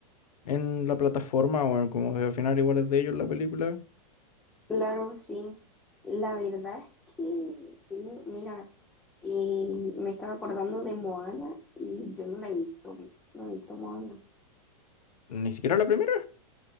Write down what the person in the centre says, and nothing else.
Claro, sí. La verdad es que, no, mira, eh, me estaba acordando de Moana y yo no la he visto, no he visto Moana.